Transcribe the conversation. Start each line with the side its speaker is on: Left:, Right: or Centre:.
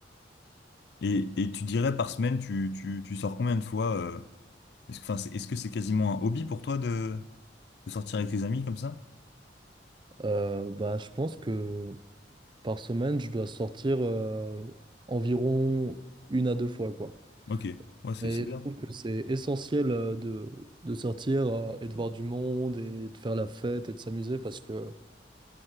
Left: Et, et tu dirais par semaine, tu, tu, tu sors combien de fois euh, est-ce que, enfin, c'est, est-ce que c'est quasiment un hobby pour toi de, de sortir avec tes amis comme ça?
Right: euh, bah, je pense que par semaine, je dois sortir euh, environ une à deux fois, quoi.
Left: Ok. Ouais, c'est
Right: Mais
Left: c'est bien.
Right: je trouve que c'est essentiel euh, de, de sortir euh, et de voir du monde et de faire la fête et de s'amuser parce que